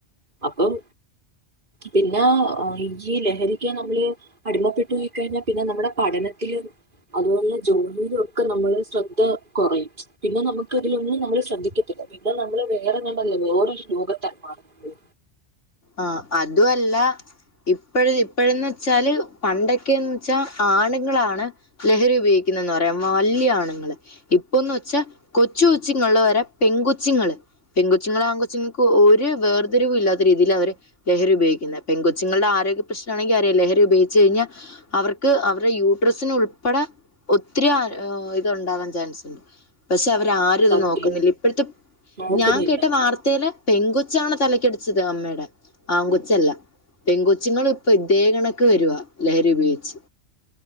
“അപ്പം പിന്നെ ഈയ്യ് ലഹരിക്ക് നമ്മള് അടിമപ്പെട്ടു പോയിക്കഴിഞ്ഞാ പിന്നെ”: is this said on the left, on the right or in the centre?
Right